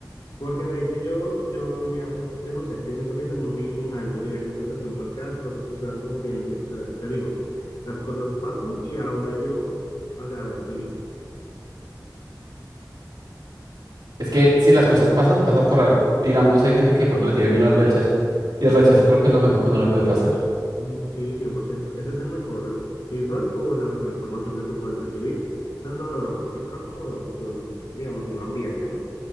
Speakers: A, on the left (about 80°); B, on the right (about 85°).
A: Porque de hecho yo, yo ya sé, yo no sé, yo siento que tengo un, ni- un alto nivel de aceptación, pues que las cosas sucedan como tienen que suceder. Te digo, las cosas pasan y ahora yo agradezco y listo.
B: Es que si las cosas pasan, pasan por algo. Digamos, hay gente que de pronto le tiene miedo al rechazo, y el rechazo creo que es lo mejor que uno le puede pasar.
A: Mm, Sí, 100% Ese es el mejor feedback o la mejor información que tú puedes recibir, tanto de una persona como de un, de un digamos, de un ambiente, ¿no?